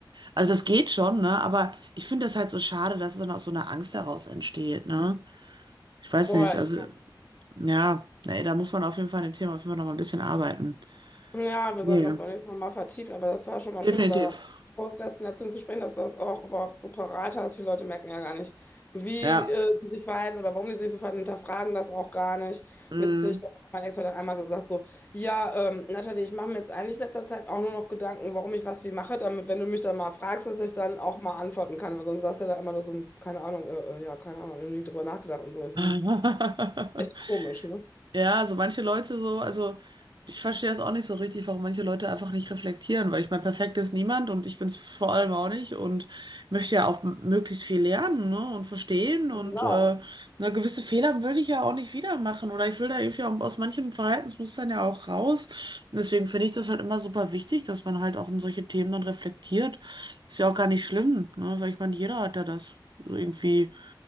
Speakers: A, on the right; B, on the left.
A: Also das geht schon, ne? Aber ich finde das halt so schade, dass es dann aus so einer Angst heraus entsteht, ne? Ich weiß
B: voll.
A: nicht, also. Ja, nee, da muss man auf jeden Fall an dem Thema auf jeden Fall noch mal ein bisschen arbeiten.
B: Ja, wir
A: Nee,
B: sollten das beim nächsten Mal mal vertiefen, aber das war schon mal
A: definitiv.
B: schön, über Prokrastination zu sprechen, dass du das auch überhaupt so parat hast. Viele Leute merken ja gar nicht, wie
A: Ja.
B: äh, sie sich verhalten oder warum die sich so verhalten, hinterfragen das auch gar nicht.
A: Mm.
B: Witzig, mein Ex-Freund hat einmal gesagt so, ja, ähm, Natalie, ich mache mir jetzt eigentlich in letzter Zeit auch nur noch Gedanken, warum ich was wie mache, damit, wenn du mich dann mal fragst, dass ich dann auch mal antworten kann, weil sonst sagst du ja da immer nur so, hm, keine Ahnung, äh, äh, ja, keine Ahnung, ich habe nie drüber nachgedacht und so. Ich so,
A: <laughs>
B: hm, Echt komisch, ne?
A: Ja, so manche Leute so, also ich verstehe das auch nicht so richtig, warum manche Leute einfach nicht reflektieren, weil ich meine, perfekt ist niemand und ich bin es vor allem auch nicht und möchte ja auch m- möglichst viel lernen, ne, und verstehen und
B: Genau.
A: äh, na, gewisse Fehler will ich ja auch nicht wieder machen oder ich will da irgendwie auch aus manchen Verhaltensmustern ja auch raus. Und Deswegen finde ich das halt immer super wichtig, dass man halt auch in solche Themen dann reflektiert. Ist ja auch gar nicht schlimm, ne, weil ich meine, jeder hat ja das irgendwie